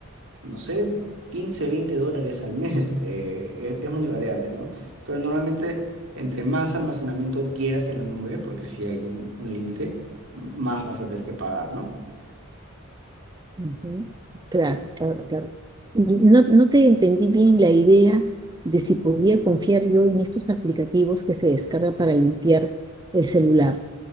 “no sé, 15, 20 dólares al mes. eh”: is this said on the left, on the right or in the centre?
Right